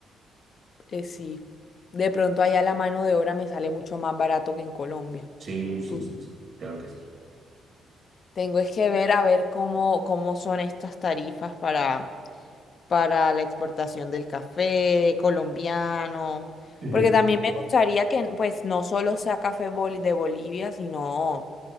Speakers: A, on the left (about 50°); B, on the right (about 55°).
A: Eh, sí, de pronto allá la mano de obra me sale mucho más barato que en Colombia.
B: Sí, sí,
A: Tú-
B: sí, sí, claro que sí.
A: Tengo es que ver a ver cómo, cómo son estas tarifas para para la exportación del café colombiano,
B: Ujú,
A: porque también me gustaría que pues no solo sea café boli- de Bolivia, sino